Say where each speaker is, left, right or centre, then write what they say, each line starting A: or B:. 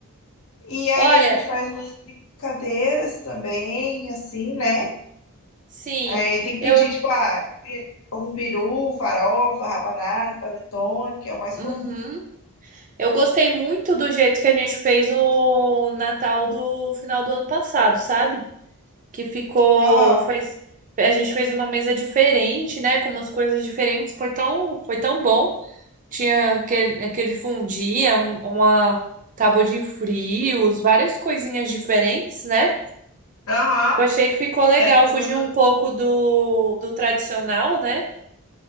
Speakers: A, on the left; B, on the right.
A: E aí
B: Olha,
A: a gente faz umas brincadeiras também, assim, né?
B: sim,
A: Aí tem que
B: eu.
A: pedir, tipo, ah, algum peru, farofa, rabanada, panetone, que é o mais
B: Uhum.
A: comum.
B: Eu gostei muito do jeito que a gente fez o Natal do final do ano passado, sabe? Que ficou,
A: Aham,
B: fez, a gente fez uma mesa diferente, né? Com umas coisas diferentes. Foi tão, foi tão bom. Tinha aquele, aquele fundia, uma tábua de frios, várias coisinhas diferentes, né?
A: aham,
B: Eu achei que ficou legal,
A: é, tô
B: fugiu
A: gostoso.
B: um pouco do, do tradicional, né?